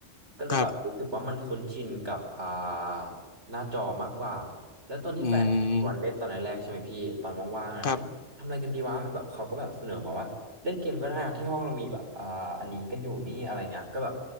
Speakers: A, on the right; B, on the left.
A: ก็เลยแบบรู้สึกว่ามันคุ้นชินกับอ่า
B: ครับ
A: หน้าจอมากกว่าแล้วตอนที่แฟนผมชวนเล่นตอนแรกๆใช่ไหมพี่ตอนว่างๆอ่ะเอ้ย
B: อืม ครับ
A: ทำอะไรกันดีวะแบบเขาก็แบบเสนอมาว่าเล่นเกมก็ได้อะที่ห้องเรามีแบบอ่าอันนี้กันอยู่นี่อะไรเงี้ยก็แบบ